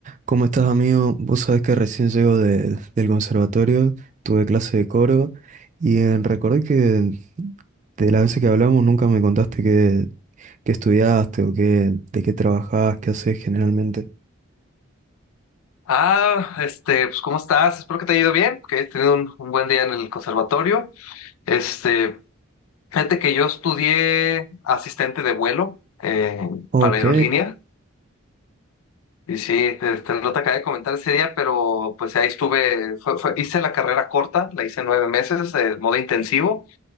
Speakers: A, on the right; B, on the left.
A: ¿Cómo estás, amigo? Vos sabés que recién llego de- del conservatorio, tuve clase de coro y eh, recordé que de las veces que hablamos nunca me contaste qué, qué estudiaste o qué, de qué trabajás, qué haces generalmente.
B: Ah, este, pues ¿cómo estás? Espero que te haya ido bien, que hayas tenido un, un buen día en el conservatorio. Este, fíjate que yo estudié asistente de vuelo eh,
A: Ok,
B: para aerolínea y sí, te, te- no te acabé de comentar ese día, pero pues ahí estuve, fue- fue- hice la carrera corta, la hice nueve meses, el modo intensivo